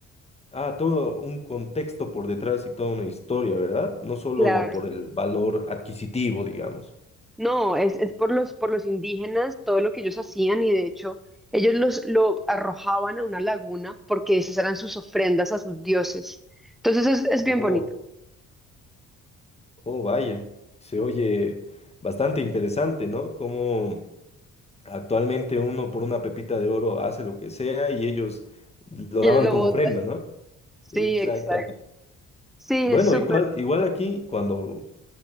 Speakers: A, on the left; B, in the centre.
A: ah, todo un contexto por detrás y toda una historia, ¿verdad? No solo
B: Claro.
A: por el valor adquisitivo, digamos.
B: No, es, es por los, por los indígenas, todo lo que ellos hacían y de hecho ellos los, lo arrojaban a una laguna porque esas eran sus ofrendas a sus dioses. Entonces es, es bien
A: Oh,
B: bonito.
A: oh, vaya, se oye bastante interesante, ¿no? Como Actualmente uno por una pepita de oro hace lo que sea y ellos lo
B: Y
A: daban
B: él lo
A: como
B: bota.
A: ofrenda, ¿no?
B: Sí,
A: Exactamente.
B: exacto. Sí,
A: Bueno,
B: es súper.
A: igual, igual aquí cuando,